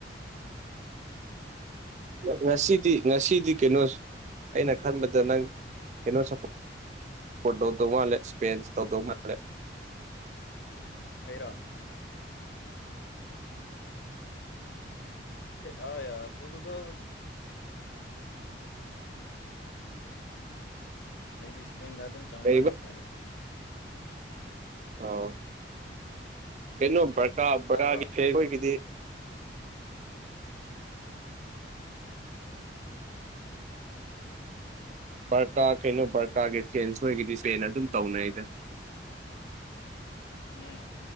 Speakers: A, on the right; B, on the left.
A: ꯉꯁꯤꯗꯤ ꯉꯁꯤꯗꯤ ꯀꯩꯅꯣ ꯑꯩꯅ ꯈꯟꯕꯗ ꯅꯪ ꯀꯩꯅꯣ ꯁꯄ ꯐꯣ ꯇꯧꯗꯧ ꯃꯥꯜꯂꯦ ꯏꯁꯄꯦꯟꯁ ꯇꯧꯗꯧ ꯃꯥꯜꯂꯦ
B: ꯑꯩꯔꯥ ꯑꯩ ꯑ ꯄꯣꯇꯨꯒ ꯑꯩꯗꯤ ꯏꯁꯄꯦꯟꯗ ꯑꯗꯨꯝ ꯆꯪꯕ
A: ꯀꯔꯤꯕ
B: ꯍꯥꯏꯇꯥꯔꯦ
A: ꯂꯣ ꯀꯩꯅꯣ ꯕꯔꯀꯥ ꯕꯔꯥꯒꯤ
B: ꯇꯥꯕ꯭ꯔꯣ
A: ꯐꯒꯤꯗꯤ ꯕꯔꯀꯥ ꯀꯩꯅꯣ ꯕꯔꯀꯥꯒꯤ ꯐꯦꯟꯁꯣꯏꯒꯤꯗꯤ ꯐꯦꯅ ꯑꯗꯨꯝ ꯇꯧꯅꯩꯗ
B: ꯎꯝ